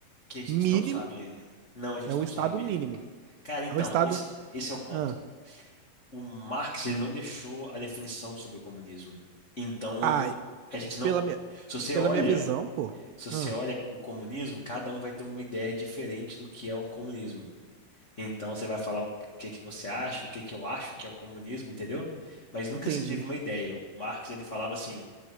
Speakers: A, on the left; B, on the right.
A: Que a gente
B: mínimo,
A: não sabe. Não, a gente
B: é um
A: não
B: estado
A: sabe.
B: mínimo.
A: Cara, então,
B: É um estado.
A: esse, esse é o ponto.
B: Ah,
A: O Marx, ele não deixou a definição sobre o comunismo. Então,
B: ai,
A: a gente não.
B: pela minha,
A: Se você
B: pela
A: olha,
B: minha visão, pô.
A: se
B: Ah,
A: você olha o comunismo, cada um vai ter uma ideia diferente do que é o comunismo. Então você vai falar o que que você acha, o que que eu acho que é o comunismo, entendeu? Mas nunca
B: entendi.
A: se teve uma ideia. O Marx ele falava assim,